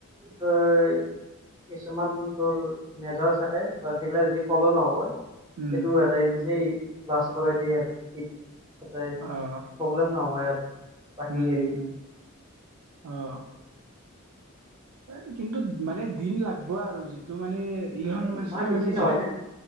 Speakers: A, on the right; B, on the right.
A: তৰ কিছুমান তোৰ মেজাৰছ থাকে ত সেইগিলা যদি ফ'ল' নহ'ব
B: উম
A: সেইটো সিহঁতে নিজেই ব্লাছ কৰাই দিয়ে আৰু সতে
B: অঁ
A: প্ৰব্লেম নহয় আৰু বাকী
B: উম
A: হেৰি
B: উম উম অহ এ কিন্তু মানে দিন লাগবই আৰু যিটো মানে ইলন
A: এই
B: মাছকে
A: ইমান
B: মানে
A: ইজি
B: যি
A: নহয় না